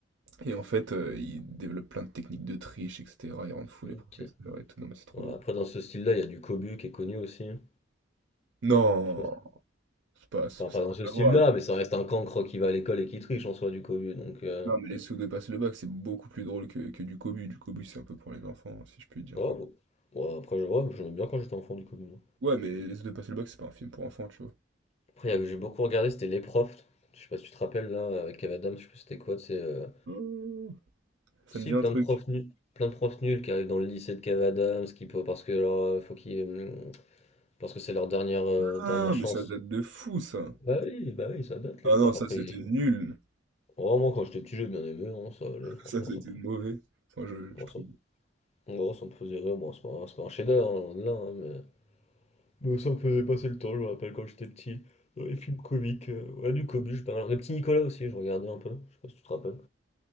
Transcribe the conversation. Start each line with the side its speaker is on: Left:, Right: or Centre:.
Right: et en fait, euh, ils développent plein de techniques de triche, etc. Ils rendent fous
Left: Ok.
Right: les professeurs et tout. Non, mais c'est trop
Left: Ouais,
Right: drôle.
Left: Après, dans ce style-là, il y a du Cobu qui est connu aussi. hein.
Right: Non!
Left: Je sais pas.
Right: C'est pas. Ça
Left: Enfin,
Right: n'a
Left: pas dans ce
Right: rien
Left: style-là,
Right: à voir.
Left: mais ça reste un cancre qui va à l'école et qui triche en soi du Cobu. Donc, euh,
Right: Non, mais les pseudo passent le bac, c'est beaucoup plus drôle que, que du cobu. Du cobu, c'est un peu pour les enfants, hein, si je puis dire.
Left: oh,
Right: Enfin,
Left: bon. Ouais, après, je vois, j'aimais bien quand j'étais enfant du Cobu. moi.
Right: ouais, mais les pseudo passent le bac, c'est pas un film pour enfants, tu
Left: Après, il y a que j'ai beaucoup regardé, c'était les profs. Je sais pas si tu te rappelles là, avec Kev Adams, je sais plus c'était quoi. C'est euh,
Right: vois. Ça
Left: si
Right: me dit un
Left: plein
Right: truc.
Left: de profs nuls, plein de profs nuls qui arrivent dans le lycée de Kev Adams, qui peut parce que leur, euh, faut qu'ils, euh, parce que c'est leur dernière euh,
Right: Ah,
Left: dernière chance.
Right: mais ça date de fou, ça.
Left: Bah oui, bah oui, ça date
Right: Ah
Left: les profs.
Right: non, ça
Left: Après,
Right: c'était nul.
Left: Oh, moi, quand j'étais petit, j'ai bien aimé, hein, ça allait, franchement,
Right: Ça c'était
Left: ça me,
Right: mauvais. Enfin, je,
Left: moi,
Right: je trouve.
Left: ça me, moi, ça me faisait rire. Bon, c'est pas, c'est pas un chef-d'œuvre, hein, loin de là, hein, mais... mais ça me faisait passer le temps, je me rappelle quand j'étais petit. Dans les films comiques, euh, ouais, du Cobus, pas mal. Le petit Nicolas aussi, je regardais un peu, je sais pas si tu te rappelles.